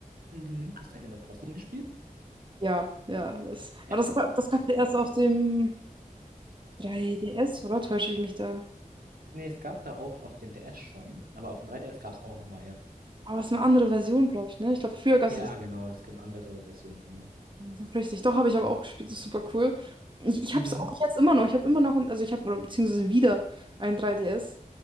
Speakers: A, on the right; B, on the right.
A: Mhm. Hast du Animal Crossing gespielt?
B: Ja, ja. Das,
A: Äh,
B: aber das,
A: Animal Crossing
B: das gab
A: ist
B: es
A: geil.
B: erst auf dem 3DS, oder? Täusche ich mich da?
A: Nee, es gab da auch auf dem DS schon, aber auf dem 3DS gab es auch nochmal, ja.
B: Aber es ist eine andere Version, glaube ich, ne? Ich glaube, früher gab
A: Ja,
B: es
A: genau, es gibt andere Versionen immer.
B: So richtig. Doch, habe ich aber auch gespielt. Das ist super cool. Ich, ich
A: Mhm.
B: habe es auch jetzt immer noch. Ich habe immer noch, ein, also ich habe, oder beziehungsweise wieder ein 3DS.